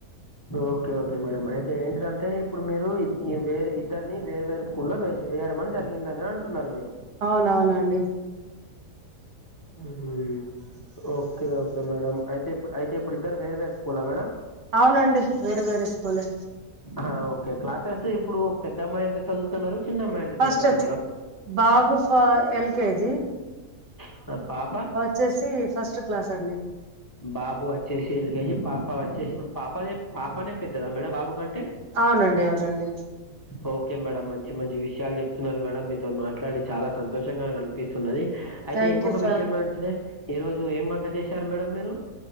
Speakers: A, on the left; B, on the right.
A: ఓకే ఓకే మేడం అయితే ఏంటిదంటే ఇప్పుడు మీరు వే వేరు ఇద్దరిని వేర్వేరు స్కూల్లో వేసి వేయడమని జరిగిందన అంటున్నారు మీరు
B: అవునవునండి
A: మ్ ఓకే ఓకే మేడం అయితే ఇప్పుడు అయితే ఇప్పుడు ఇద్దరు వేరు వేరు స్కూల మేడం
B: అవునండి వేరే వేరే స్కూలే
A: అ ఓకే క్లాసెస్ ఇప్పుడు పెద్ద అమ్మాయి ఎంత చదువు తున్నారు చిన్నమ్మాయి ఎంత
B: ఫస్ట్
A: చదువుతున్నారు మేడం
B: బాబు ఫ ఎల్కేజీ
A: మ్మ్ పాప
B: చ్చేసి ఫస్ట్ క్లాస్ అండి
A: బాబు వచ్చేసి ఎల్ కేజి పాప వచ్చేసి ఇప్పుడు పాపదే పాపనే పెద్దదా మేడం బాబు కన్ టె
B: అవునండి అవునండి
A: ఓ కె మేడం మంచి మంచి విషయాలు చెప్తున్నారు మేడం మీతోని మాట్లాడి చాలా సంతోషంగా పిస్తున్నది అయితే
B: థ్యాంక్
A: ఇంకొక
B: యూ సార్
A: విషయం అంటే ఈ రోజు ఏం వంట చేశారు మేడం మీరు